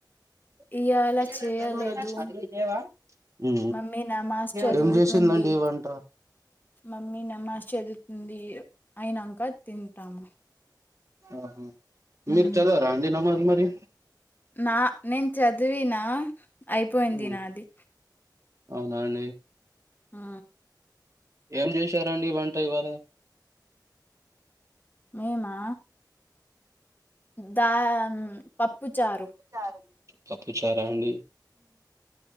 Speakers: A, on the right (about 40°); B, on the left (about 25°).
A: <unintelligible>
B: ఇయాల చేయలేదు
A: ఉ
B: మమ్మీ నమాజ్ చదువుతుంది
A: డుం జేసిందండి వంట.
B: మమ్మీ నమాజ్ చదువుతుంది అయినంకా తింటాము.
A: ఆహ
B: మ్మ్.
A: మీరు చదవరా అండి నమాజ్ మరి.
B: నా నేన్ చదివిన అయిపోయింది
A: ఉమ్
B: నాది.
A: అవునా అండి.
B: ఆ.
A: ఏం చేశారండి వంట ఇవాళా.
B: మీమా దాన్ పప్పు చారు.
A: చారు పప్పు చారా అండి.